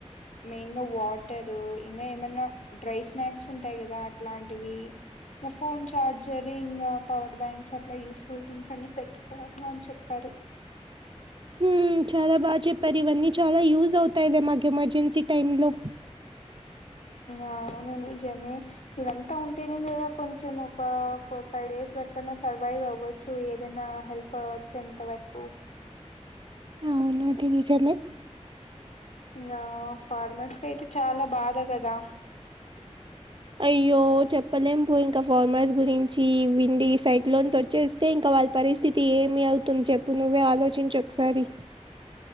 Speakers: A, on the left; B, on the right.
A: మెయిను వాటారు ఇంగా ఏమన్నా డ్రై స్నాక్స్ ఉంటాయి కదా అట్లాంటివి నా ఫోన్ ఛార్జర్ ఇంగా పవర్ బ్యాంక్స్ అట్లా యూస్ఫుల్ థింగ్స్ అన్ని పెట్ కోమని చెప్పారు
B: హుమ్ చాలా బాగా చెప్పారు, ఇవన్నీ చాలా యూజ్ అవుతాయి ఇది మాకు ఎమర్జెన్సీ టైమ్ లో
A: ఆ అవును నిజమే ఇదంతా ఉంటేనే గదా, కొంచెం ఒక ఫోర్, ఫైవ్ డేస్ వరకన్నా సర్వైవ్ అవ్వచ్చు ఏదన్న ఆ ఒచ్చే అంత వరకు
B: అవును తీనేశారు మీ
A: ఇంగా ఫార్మర్స్ కైతే చాలా బాధ గదా
B: అయ్యో చెప్పలేం పో ఇంకా ఫార్మర్స్ గురించి, విండి సైక్లోన్స్ వచ్చే తే ఇంకా వాళ్ళ పరిస్థితి ఏమి అవుతుంది చెప్పు నువ్వే ఆలోచించు ఒకసారి.